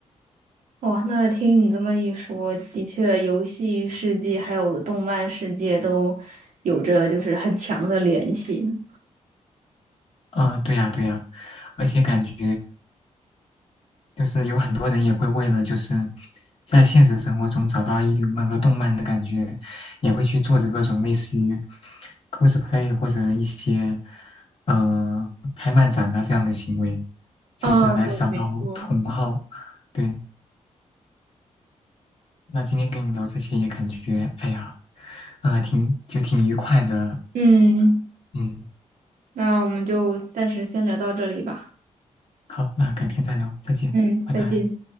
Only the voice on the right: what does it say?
哇，那听你这么一说，的确，游戏世界还有动漫世界都有着就是很强的联系呢
啊，对，没错。
嗯，
那我们就暂时先聊到这里吧。
嗯，
再见。